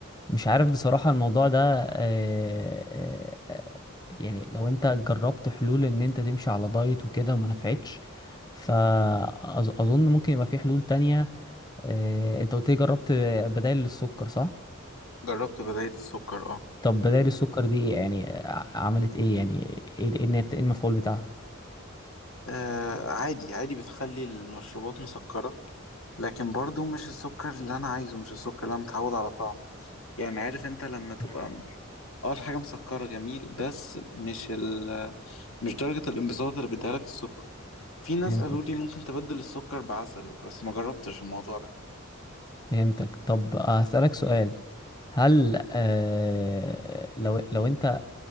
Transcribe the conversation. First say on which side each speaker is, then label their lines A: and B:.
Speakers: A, on the left (about 20°); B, on the left (about 85°).
A: مش عارف بصراحة الموضوع ده آه، آه، آه، يعني لو انت جربت حلول ان انت تمشي على دايت وكده وما نفعتش فأظن ممكن يبقى في حلول تانية آه، انت قلت لي جربت بدائل للسكر صح؟
B: جربت بدايل السكر اه
A: طب بدائل السكر دي ايه يعني ع- عملت ايه يعني ايه ايه النت- إيه المفعول بتاعها؟
B: آه، عادي عادي بتخلي المشروبات مسكره لكن برضو مش السكر اللي انا عايزه مش السكر اللي انا متعود على طعمه يعني عارف انت لما تبقى
A: مم.
B: اه الحاجه مسكره جميل بس مش ال مش درجه الانبساط اللي بيديها لك السكر في ناس
A: فهمتك
B: قالوا لي ممكن تبدل السكر بعسل بس ما جربتش الموضوع ده
A: فهمتك طب هسألك سؤال هل آه لو لو انت